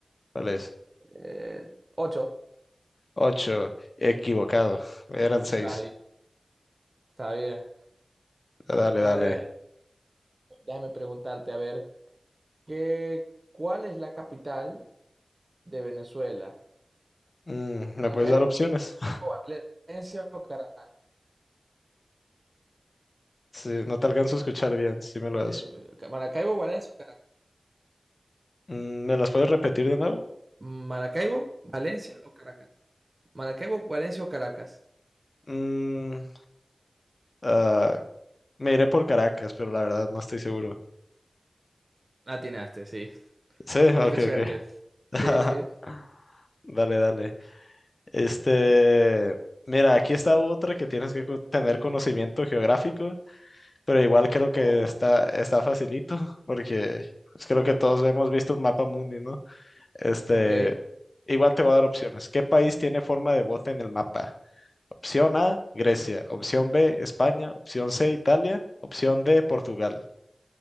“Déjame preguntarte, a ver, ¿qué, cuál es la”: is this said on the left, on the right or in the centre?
Right